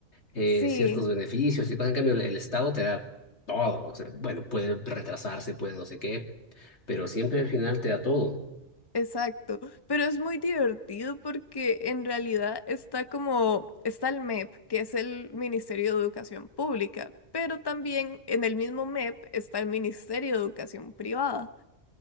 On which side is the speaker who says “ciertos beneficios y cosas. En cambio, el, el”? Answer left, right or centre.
Left